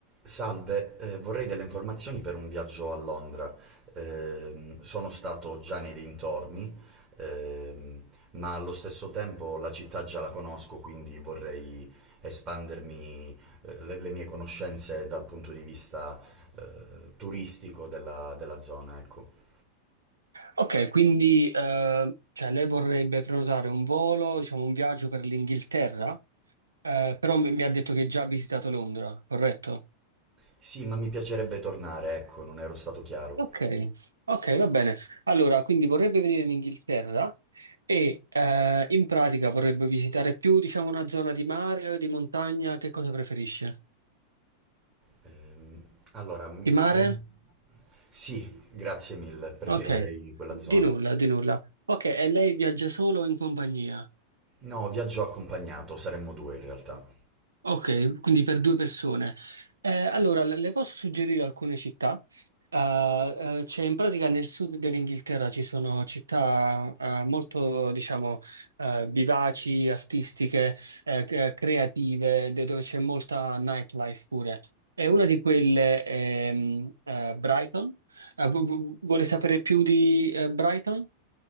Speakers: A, on the right (about 30°); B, on the right (about 75°).
A: Salve, eh, vorrei delle informazioni per un viaggio a Londra. Ehm, sono stato già nei dintorni, ehm, ma allo stesso tempo la città già la conosco, quindi vorrei espandermi, eh, le, le mie conoscenze dal punto di vista, eh, turistico della, della zona, ecco.
B: Ok, quindi eh, cioè, lei vorrebbe prenotare un volo, diciamo un viaggio per l'Inghilterra, eh, però mi, mi ha detto che già ha visitato Londra, corretto?
A: Sì, ma mi piacerebbe tornare, ecco, non ero stato chiaro.
B: Ok, ok, va bene. Allora, quindi vorrebbe venire in Inghilterra e eh, in pratica vorrebbe visitare più, diciamo, una zona di mare o di montagna, che cosa preferisce?
A: Ehm, allora, m-
B: Di mare?
A: eh, sì, grazie mille, preferirei
B: Ok,
A: quella
B: di
A: zona.
B: nulla, di nulla. Ok, e lei viaggia solo o in compagnia?
A: No, viaggio accompagnato, saremmo due in realtà.
B: Ok, quindi per due persone. Eh, allora, le le posso suggerire alcune città. Eh, eh, c'è in pratica nel sud dell'Inghilterra ci sono città eh, molto, diciamo, eh, vivaci, artistiche, eh, c- eh, creative, de- dove c'è molta nightlife pure. E una di quelle è mm, eh, Brighton. Eh, vu- vu- vuole sapere più di eh, Brighton?